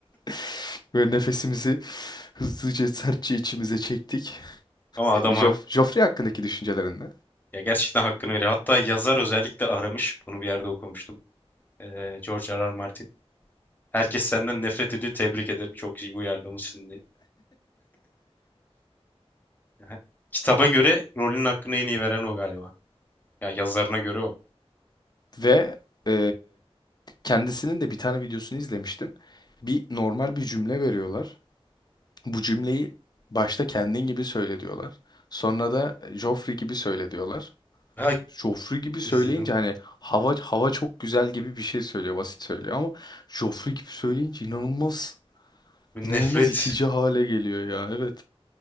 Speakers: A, on the left (about 40°); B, on the left (about 15°).
A: <laughs> Ve nefesimizi hızlıca sertçe içimize çektik.
B: Ama adam
A: Joff
B: hak,
A: Joffrey hakkındaki düşüncelerini
B: ya gerçekten hakkını veriyor. Hatta yazar özellikle aramış. Bunu bir yerde okumuştum. E, George R. R. Martin. Herkes senden nefret ediyor. Tebrik ederim. Çok iyi uyarlamışsın diye. Ha, Kitaba göre rolün hakkını en iyi veren o galiba. Ya yazarına göre o.
A: ve e, kendisinin de bir tane videosunu izlemiştim. Bir normal bir cümle veriyorlar. Bu cümleyi başta kendin gibi söyle diyorlar. Sonra da Joffrey gibi söyle diyorlar.
B: Ha
A: Joffrey gibi söyleyince
B: izledim.
A: hani hava hava çok güzel gibi bir şey söylüyor, basit söylüyor ama Joffrey gibi söyleyince inanılmaz inanılmaz
B: Nefret.
A: itici hale geliyor ya. Evet.